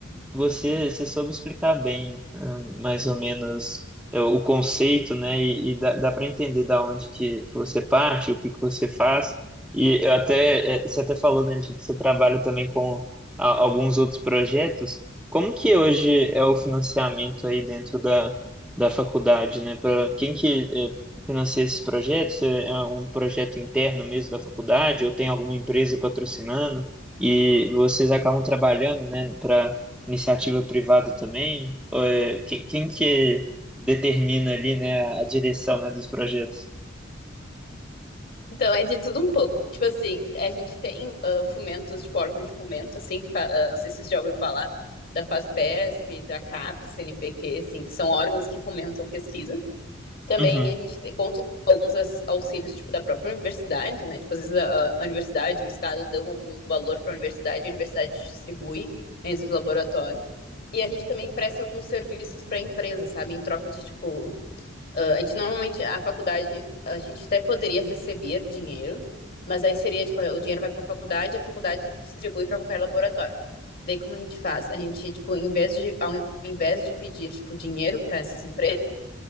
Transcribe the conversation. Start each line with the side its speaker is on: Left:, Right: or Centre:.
Centre: você, você soube explicar bem, ah, mais ou menos, é, o conceito, né? E, e dá, dá para entender da onde que, que você parte, o que que você faz. E eu até, é, você até falou, né, de que você trabalha também com a- alguns outros projetos. Como que hoje é o financiamento aí dentro da, da faculdade, né? Para quem que é, financia esses projetos? É é um projeto interno mesmo da faculdade ou tem alguma empresa patrocinando? E vocês acabam trabalhando, né, para iniciativa privada também? Ou é- que- Quem que determina ali, né, a direção, né, dos projetos?
Left: Então, é de tudo um pouco. Tipo assim, a gente tem uh, fomentos, tipo órgãos de fomento, assim, fa- uh, não sei se você já ouviu falar, da FASPESP, da CAPES, CNPq, assim, que são órgãos que fomentam pesquisa. Também
Centre: Uhum.
Left: a gente te- conta com alguns aux- auxílios, tipo, da própria universidade, né? Tipo, às vezes a, a universidade, o estado dão algum valor para a universidade, a universidade distribui entre os laboratórios. E a gente também presta alguns serviços para empresas, sabe? Em troca de, tipo, ah, a gente normalmente, a faculdade, a gente até poderia receber dinheiro, mas aí seria, tipo, o dinheiro vai para a faculdade e a faculdade distribui para qualquer laboratório. Daí, como a gente faz? A gente, tipo, em vez de, ao invés de pedir, tipo, dinheiro para essas empresas,